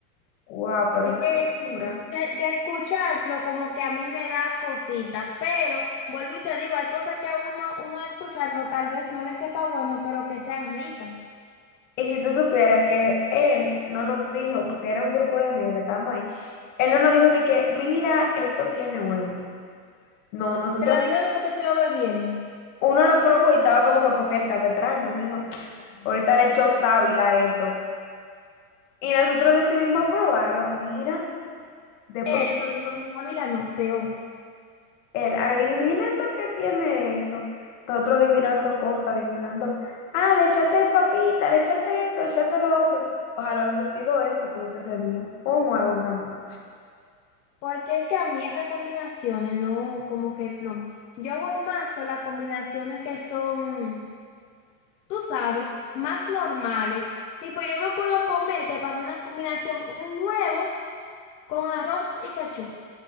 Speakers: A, on the left; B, on the left.
A: Wow, pero
B: Es
A: una
B: que
A: locura.
B: de, de escucharlo como que a mí me da cosita, pero vuelvo y te digo, hay cosas que a uno, uno a escucharlo tal vez no le sepa bueno, pero que sean ricas.
A: Y si tú supieras que él no nos dijo, porque era un grupo de amigas que estábamos ahí, él no nos dijo de que, mira, eso tiene huevo. No, nosotros,
B: Te lo digo porque se lo bebieron.
A: uno lo probó y estaba como que porque él estaba extraño. Uno dijo, ahorita le echó sábila a esto. Y nosotros decidimos probarlo. Mira, después
B: Él,
A: que nos dijo,
B: Ávila no, peor.
A: Él, adivinen lo que tiene eso. Nosotros adivinando cosas, adivinando, ah, le echaste papita, le echaste esto, le echaste lo otro. Ojalá hubiese sido eso que hubiese tenido. Un huevo, mi amor.
B: Porque es que a mí esas combinaciones no, como que no. Yo voy más con las combinaciones que son, tú sabes, más normales. Tipo, yo me puedo comer, que para mí una combinación, un huevo con arroz y cachú.